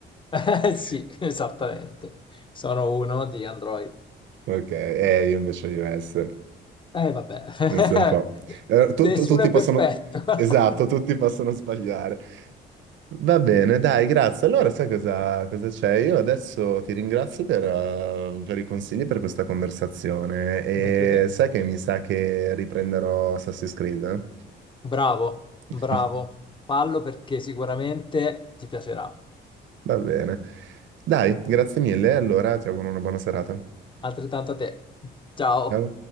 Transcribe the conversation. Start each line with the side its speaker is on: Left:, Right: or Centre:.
Left: Eh, sì,
Right: <laughs>
Left: esattamente. Sono uno di Android.
Right: Ok, eh, io invece iOS.
Left: Eh, vabbè,
Right: Pensa un po'.
Left: <laughs>
Right: Eh, tu-
Left: nessuno
Right: tu- tutti
Left: è
Right: possono...
Left: perfetto. <laughs>
Right: Esatto, tutti possono sbagliare. Va bene, dai, grazie. Allora, sai cosa cosa c'è? Io adesso ti ringrazio per, eh, per i consigli, per questa conversazione e
Left: Grazie a te.
Right: sai che mi sa che riprenderò Assassin's Creed? eh?
Left: Bravo, bravo.
Right: <laughs>
Left: Fallo perché sicuramente ti piacerà.
Right: Va bene. Dai, grazie mille. Allora, ti auguro una buona serata. Ok,
Left: Altrettanto a te. Ciao.
Right: Ciao.